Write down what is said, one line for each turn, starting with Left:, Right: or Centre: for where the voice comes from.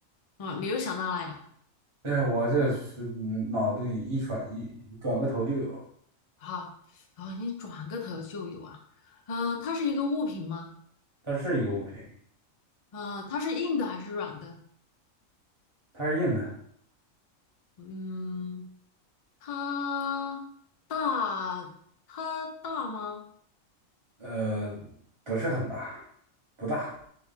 Left: 哦，你又想到了呀？
Right: 但是我这是嗯脑子里一转一转个头就有，
Left: 好，哦，你转个头就有啊。啊，它是一个物品吗？
Right: 它是一个物品，
Left: 呃，它是硬的还是软的？
Right: 它是硬的，
Left: 嗯，它大，它大吗？
Right: 呃，不是很大，不大，